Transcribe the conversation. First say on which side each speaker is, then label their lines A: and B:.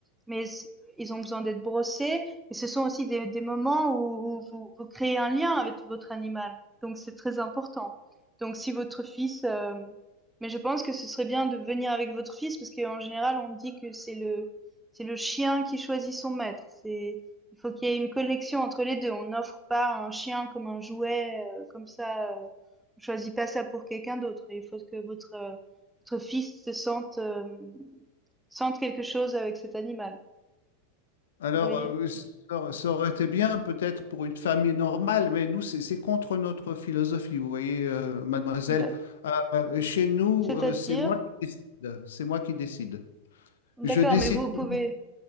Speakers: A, in the centre; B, on the left.
A: mais c- ils ont besoin d'être brossés. Et ce sont aussi des, des moments où, où vous, vous créez un lien avec votre animal. Donc c'est très important. Donc si votre fils... euh, mais je pense que ce serait bien de venir avec votre fils parce qu'en général, on dit que c'est le, c'est le chien qui choisit son maître. C'est, il faut qu'il y ait une connexion entre les deux. On n'offre pas un chien comme un jouet, euh, comme ça. euh, on choisit pas ça pour quelqu'un d'autre. Il faut que votre, euh, votre fils se sente, euh, sente quelque chose avec cet animal.
B: Alors,
A: Vous voyez?
B: euh, oui, ça aur- ça aurait été bien peut-être pour une famille normale, mais nous, c'est c'est contre notre philosophie, vous voyez, euh, mademoiselle.
A: Ouais.
B: Euh, euh, chez nous,
A: C'est-à-dire,
B: euh, c'est moi qui décide. C'est moi qui décide.
A: D'accord,
B: Je décide.
A: mais vous
B: pour-
A: pouvez,